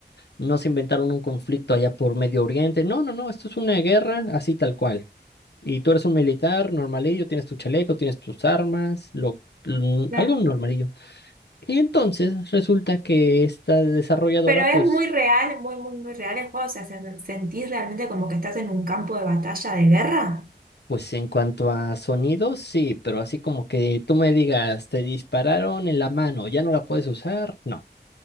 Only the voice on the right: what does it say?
Claro.
Pero
es muy real, muy, muy, muy real el juego. O sea, se- sentís realmente como que estás en un campo de batalla de guerra.